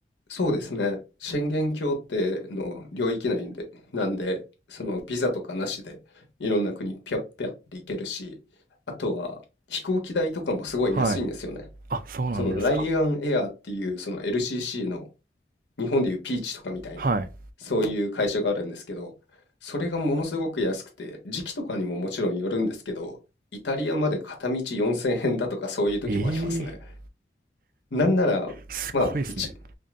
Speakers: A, on the left (about 85°); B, on the right (about 50°).
A: そうですね。宣言協定の領域内で、なんで、そのビザとかなしでいろんな国ピョッピョッって行けるし、あとは飛行機代とかもすごい安いんですよね。
B: はい。あ、そうなんですか。
A: そのライアンエアーっていうその LCC の日本でいうピーチとかみたいな、
B: はい。
A: そういう会社があるんですけど、それがものすごく安くて、時期とかにももちろんよるんですけど、イタリアまで片道4000円だとかそういう時もありますね。
B: ええー
A: なんなら、
B: すごいですね。
A: まあ、一